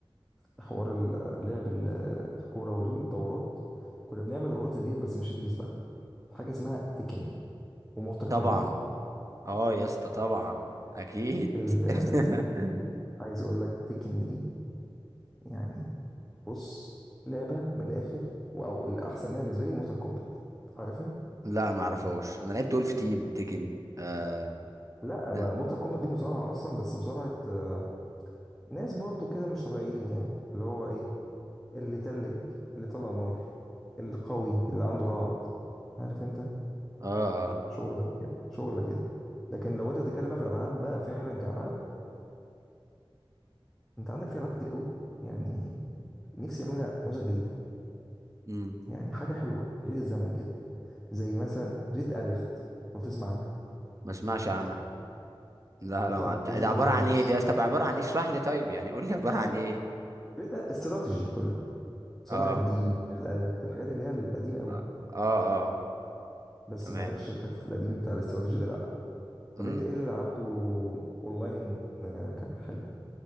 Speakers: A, in the centre; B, on the right.
A: حوار ال- لعب ال- الكوره والدورات كنا بنعمل دورات زي ديت بس مش بيس بقى في حاجه اسمها تيكن ومورتال
B: طبعا
A: كومبات
B: اه يا اسطى طبعا اكيد
A: ال...
B: <laughs>
A: ال- عايز اقول لك تيكن دي يعني بص لعبه من الاخر و- او الاحسن منها بالنسبه لي مورتال كومبات عارفها
B: لا ما اعرفهاش انا لعبت ولف تيم تيكن اه
A: لا ما
B: اه
A: مورتال كومبات دي مصارعه اصلا بس مصارعه آه، ناس برضو كده مش طبيعيين يعني اللي هو ايه اللي تلج اللي طلع نار اللي قوي اللي عنده رعد عارف انت
B: اه
A: شغلك كده شغلك كده لكن لو انت بتتكلم بقى في الالعاب بقى فعلا كالعاب انت عندك في العاب كتير قوي يعني نفسي يعملوا نسخ جديده
B: امم
A: يعني حاجه حلوه تعيد الزمن كده زي مثلا ريد اليرت لو تسمع عنها
B: ما اسمعش عنها لا لا
A: طب
B: ما ده
A: ايج
B: ده
A: اوف
B: عباره
A: امبايرز
B: عن ايه دي يا اسطى طب عباره عن ايه اشرح لي طيب يعني قول لي عباره عن ايه
A: ريد استراتيجي كله صلاح
B: اه
A: الدين ريد اليرت الحاجات اللي هي القديمه قوي
B: اه اه, آه.
A: بس
B: تمام
A: مالكش شكلك في القديم بتاع الاستراتيجي ده لا طب
B: امم
A: انت ايه اللي لعبته اونلاين آه، كان حلو